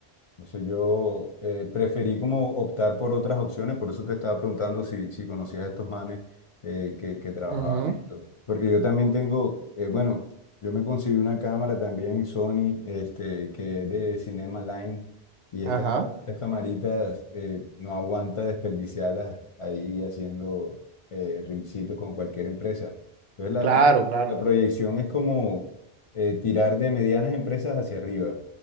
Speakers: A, on the left (about 50°); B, on the right (about 70°).
A: Entonces yo eh, preferí como optar por otras opciones, por eso te estaba preguntando si, si conocías a estos manes eh, que, que trabajaban
B: Ujú.
A: en esto. Porque yo también tengo, eh, bueno, yo me conseguí una cámara también Sony, este, que es de Cinema Line, y estas,
B: Ajá.
A: ca- estas camaritas eh, no aguanta desperdiciarlas ahí haciendo eh, reelcitos con cualquier empresa. Entonces la,
B: Claro, claro.
A: la proyección es como eh, tirar de medianas empresas hacia arriba,